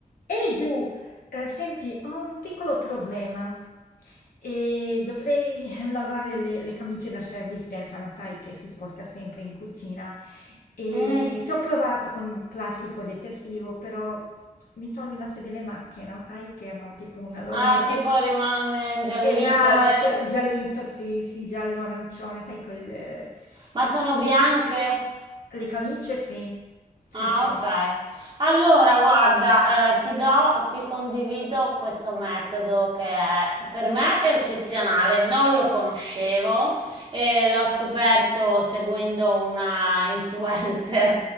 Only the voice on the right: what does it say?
Mm,
ah, tipo rimane ingiallito,
vero?
Ma
sono
bianche?
Ah,
ok. Allora, guarda, eh, ti do, ti condivido questo metodo che è, per me è eccezionale, non lo conoscevo e l'ho scoperto seguendo una influencer